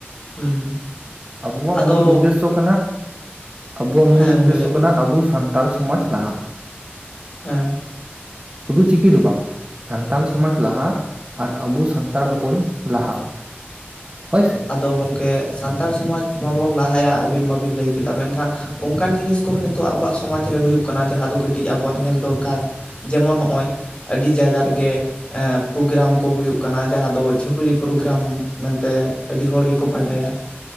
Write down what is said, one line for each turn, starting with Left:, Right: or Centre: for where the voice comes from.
Left: ᱦᱩᱸ
Right: ᱟᱵᱚᱣᱟᱜ
Left: ᱟᱫᱚ
Right: ᱢᱩᱞ ᱩᱫᱽᱫᱮᱥᱥᱚ ᱠᱟᱱᱟ᱾ ᱟᱵᱚᱣᱟᱜ ᱢᱩᱞ
Left: ᱦᱮᱸ
Right: ᱩᱫᱽᱫᱮᱥᱥᱚ
Left: ᱜᱚᱝᱠᱮ ᱞᱟᱹᱭ
Right: ᱠᱟᱱᱟ
Left: ᱵᱤᱱ
Right: ᱟᱵᱚ ᱥᱟᱱᱛᱟᱞ ᱥᱚᱢᱟᱡ ᱞᱟᱦᱟ᱾
Left: ᱦᱮᱸ
Right: ᱥᱩᱫᱩ ᱪᱤᱠᱤ ᱫᱚ ᱵᱟᱝ ᱥᱟᱱᱛᱟᱲ ᱥᱚᱢᱟᱡᱽ ᱞᱟᱦᱟ ᱟᱨ ᱟᱵᱚ ᱥᱟᱱᱛᱟᱲ ᱦᱚᱯᱚᱱ ᱞᱟᱦᱟ᱾ ᱦᱳᱭ ᱥᱮ
Left: ᱟᱫᱚ ᱜᱚᱝᱠᱮ <unintelligible> ᱥᱟᱱᱛᱟᱲ ᱥᱚᱢᱟᱡᱽ ᱢᱟᱵᱚᱱ ᱞᱟᱦᱟᱭᱟ ᱟᱹᱵᱤᱱ ᱢᱟᱵᱤᱱ ᱞᱟᱹᱭ ᱠᱮᱫᱟ ᱢᱮᱱᱠᱷᱟᱱ ᱚᱱᱠᱟᱱ ᱡᱤᱱᱤᱥ ᱠᱚᱦᱚᱸ ᱱᱤᱛᱚᱜ ᱟᱵᱚᱣᱟᱜ ᱥᱚᱢᱟᱡᱽ ᱨᱮ ᱦᱩᱭᱩᱜ ᱠᱟᱱᱟ ᱡᱟᱦᱟᱸ ᱫᱚ ᱠᱟᱹᱴᱤᱡ ᱟᱵᱚᱣᱟᱜ ᱧᱮᱞ ᱫᱚᱨᱠᱟᱨ ᱡᱮᱢᱚᱱ ᱱᱚᱜᱼᱚᱭ ᱟᱹᱰᱤ ᱡᱟᱭᱜᱟ ᱨᱮᱜᱮ ᱯᱨᱳᱜᱨᱟᱢ ᱠᱚ ᱦᱩᱭᱩᱜ ᱠᱟᱱᱟ ᱡᱟᱦᱟᱸ ᱫᱚ ᱪᱷᱟᱹᱯᱲᱤ ᱯᱨᱳᱜᱨᱟᱢ ᱢᱮᱱᱛᱮ ᱛᱮ ᱟᱹᱰᱤ ᱦᱚᱲ ᱜᱮᱠᱚ ᱵᱟᱰᱟᱭᱟ,